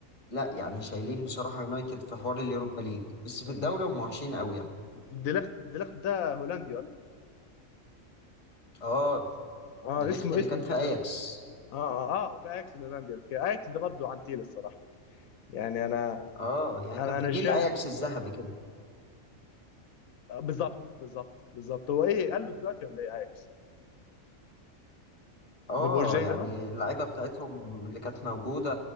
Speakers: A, on the left; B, on the left.
A: لا يعني شايلين بصراحة يونايتد في حوار اليوروبا ليج بس في
B: امم
A: الدوري هم وحشين قوي يعني
B: ديليخت ديليخت ده هولندي ولا
A: اه
B: اه
A: ديليخت
B: اسمه
A: اللي
B: اسمه
A: كان في
B: كده
A: اياكس
B: اه اه اه وفي اياكس الهولندي اوكي اياكس ده برضه عنتيل الصراحه يعني انا
A: اه يعني
B: انا
A: كان في
B: انا
A: جيل
B: مش فاهم
A: اياكس الذهبي كده
B: بالظبط بالظبط بالظبط هو ايه قال له دلوقتي ولا ايه اياكس
A: اه
B: ما بقوش زي
A: يعني
B: زمان
A: اللعيبة بتاعتهم اللي كانت موجودة